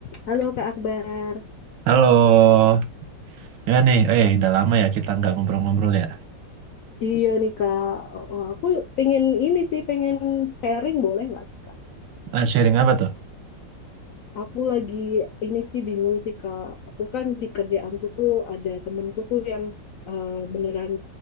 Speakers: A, on the left (about 70°); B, on the right (about 75°).
A: Halo Kak Akbar.
B: Halo, ya nih, eh udah lama ya kita nggak ngobrol-ngobrol ya.
A: Iya nih Kak, Eh, aku pengen ini sih, pengen sharing boleh nggak sih Kak?
B: Ah, sharing apa tuh?
A: Aku lagi ini sih bingung sih Kak. Aku kan di kerjaanku tuh ada temenku tuh yang eh, beneran